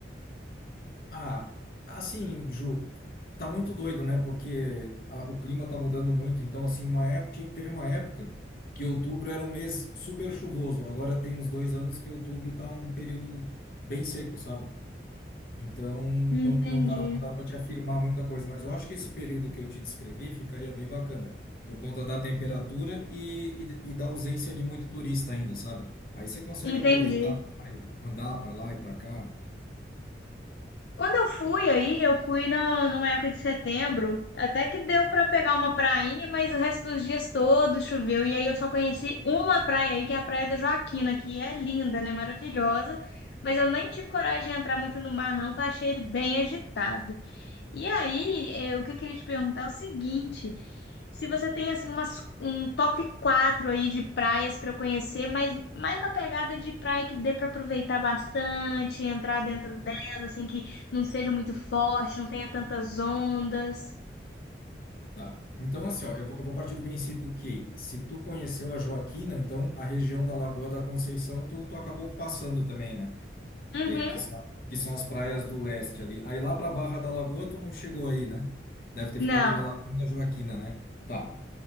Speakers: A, on the left (about 50°); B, on the left (about 65°).
A: Ah, assim, Ju, tá muito doido, né? Porque a- o clima tá mudando muito. Então, assim, uma época, tive- teve uma época que outubro era um mês super chuvoso. Agora tem uns dois anos que outubro tá um período bem seco, sabe? Então,
B: Entendi.
A: não, não dá, não dá para te afirmar muita coisa. Mas eu acho que esse período que eu te descrevi ficaria bem bacana, por conta da temperatura e, e, e da ausência de muito turista ainda, sabe? Aí você consegue
B: Entendi.
A: aproveitar a praia, andar para lá e para cá.
B: Quando eu fui aí, eu fui na, numa época de setembro, até que deu pra pegar uma prainha, mas o resto dos dias todos choveu. E aí eu só conheci uma praia aí, que é a Praia da Joaquina, que é linda, né? Maravilhosa. Mas eu nem tive coragem de entrar muito no mar, não, porque eu achei ele bem agitado. E aí, eh, o que eu queria te perguntar é o seguinte: se você tem assim umas, um top 4 aí de praias para eu conhecer, mas mais na pegada de praia que dê para aproveitar bastante, entrar dentro dela, assim que não seja muito forte, não tenha tantas ondas.
A: Tá. Então, assim, ó, eu vou eu vou partir do princípio que se tu conheceu a Joaquina, então a região da Lagoa da Conceição tu, tu acabou passando também, né?
B: Uhum.
A: Que, que são, que são as praias do leste ali. Aí lá pra Barra da Lagoa tu não chegou aí, né? Deve ter
B: Não.
A: ficado na Lagoa da Joaquina, né? Tá.